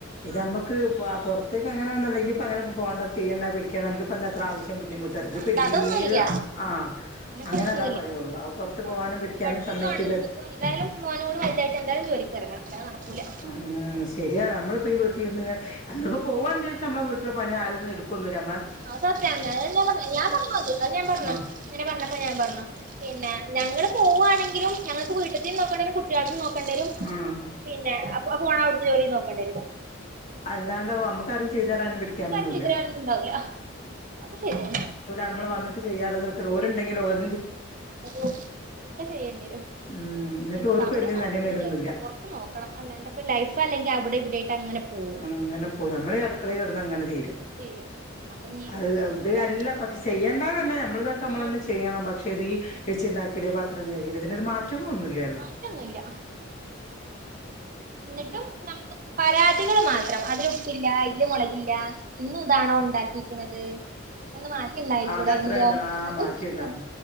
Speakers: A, on the left; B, on the right.
A: ഇത്
B: ആഹ്
A: നമ്മക്ക് അ പൊറത് ഇത്തക്കങ്ങനൊന്നുല്ലെങ്കി ഇപ്പ അങ്ങനെ പോവണ്ട ചെയ്യേണ്ട പിടിക്കണ്ട അനക്കിപ്പോ എന്തത്ര
B: ആഹ്
A: ആവശ്യം ബുദ്ധിമുട്ട് ഇത്
B: ആഹ്
A: പിന്നീ
B: അതൊന്നുല്ല
A: ആ
B: അങ്ങനത്തെ
A: അങ്ങനെ
B: പ്രശ്നൊന്നുല്ല
A: അതാ പറയുള്ളു
B: ഇപ്പം
A: ആ പുറത്ത് പോവാനും
B: ആഹ്
A: പിടിക്കാനും
B: പഠിച്ചതും
A: സമയ്ക്കുല്ല
B: ആണ് ഇനിയിപ്പോ എന്തായാലും മോനും കൂടി വലുതായിട്ട് എന്തായാലും ജോലിക്ക് എറങ്ങണം അല്ലാതെ നടക്കൂല
A: മ് ശരിയാണ് നമ്മളിപ്പോ ഈ വീട്ടിൽന്ന് ഇങ്ങ് അന്നൊട് പോവാണ് ജേ നമ്മള വീട്ടില് പണി ആരും വന്നടുക്കൊന്നില്ല
B: അത് സത്യല്ലേ <unintelligible> പറഞ്ഞ ഞാൻ പറഞ്ഞ അത് ഞാൻ പറഞ്ഞു
A: ആഹ്
B: അങ്ങനെ പറഞ്ഞപ്പോ ഞാൻ പറഞ്ഞു പിന്നെ ഞങ്ങള് പോവാണെങ്കിലും ഞങ്ങൾക്ക് വീട്ടീതിം നോക്കണ്ടെരും കുട്ട്യാളേം നോക്ക ണ്ടരും
A: ആഹ്
B: പിന്നെ അപ് അപ്പോ പോണ അവിടുത്തെ ജോലിയും നോക്കണ്ടെരും
A: അല്ലാ അമ്മക്കാരും ചെയ്ത അതണ്ടില്ല
B: നമുക്ക് ആരും ചീത്തപറയാനൊന്നും ഉണ്ടാവൂല്ല ഒക്കെ ശരിയാണ്
A: നമ്മ വിട്ട ചെയ്യാുള്ളത് ഒരുണ്ടെിലിൽ ഒരു
B: ഓ ഒക്കെ ചെയ്യേണ്ടി വരും
A: ഉം എന്നിട്ട്
B: ഇ ഇപ്പ
A: ഓർക്ക്
B: അവിടെ
A: വലിയ
B: നോക്കണംന്ന്
A: നെലേം വെലൊന്നുല്ല
B: വിചാരിച്ച പുറത്ത് നോക്കണം അല്ല എപ്പ ലൈഫ അല്ലെങ്കിൽ അവിടെ അങ്ങനെ പോവും
A: അങ്ങനെ പോയി നമ്മള ഈ അടുക്കളയി കിടന്ന് അങ്ങനെ തീരും
B: ചെയ്യും അപ്പൊ നീ
A: അത് ഇത്
B: ഇനിയിപ്പോ
A: അല്ല പക്ഷെ ചെയ്യേണ്ടന്നല്ല നമ്മള ഇതൊക്കെ നമ്മൾ
B: ഉം
A: തന്നെ ചെയ്യണം പക്ഷെ ഇത് വെച്ചു ഉണ്ടാക്ക പത്രം ക മാറ്റി ഒറ്റ ഒന്നുമല്ലല്ലോ
B: മാറ്റൊന്നുല്ല എന്നിട്ടും നമുക്ക് പരാതികൾ മാത്രം അതില ഉപ്പില്ല ഇതില് മുളകില്ല ഇന്ന ഇതാണോ ഉണ്ടാക്കിരിക്കണുന്നത് ഒന്ന് മാറ്റിണ്ടായിക്കൂട
A: അതത്രേ
B: എങ്കിലോ
A: ഉണ്ടോളൂ ആ
B: അ
A: മാറ്റിണ്ടാവും